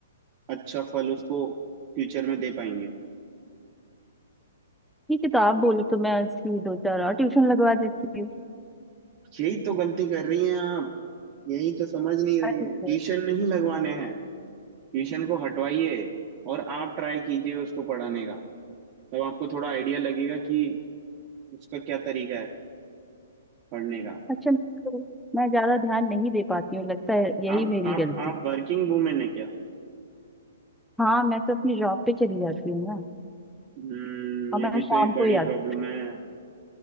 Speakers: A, on the right; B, in the centre.
A: अच्छा फल उसको फ्यूचर में दे पाएंगे
B: ठीक है तो आप बोले तो मैं उसकी दो चार और ट्यूशन लगवा देती हूँ
A: यही तो गलती कर रही हैं आप यही तो समझ नहीं रहे
B: अरे
A: हैं ट्यूशन
B: वाह।
A: नहीं लगवाने हैं ट्यूशन को हटवाइए और आप ट्राई कीजिए उसको पढ़ाने का तब आपको थोड़ा आइडिया लगेगा कि उसका क्या तरीका है पढ़ने का
B: अच्छा मैं तो मैं ज्यादा ध्यान नहीं दे पाती हूँ लगता है यही
A: आप
B: मेरी
A: आप
B: गलती
A: आप वर्किंग वूमेन है क्या
B: हाँ मैं तो अपनी जॉब पे चली जाती हूँ ना
A: हम्म
B: और
A: ये
B: मैं
A: भी
B: शाम
A: तो एक बड़ी
B: को ही आती
A: प्रॉब्लम है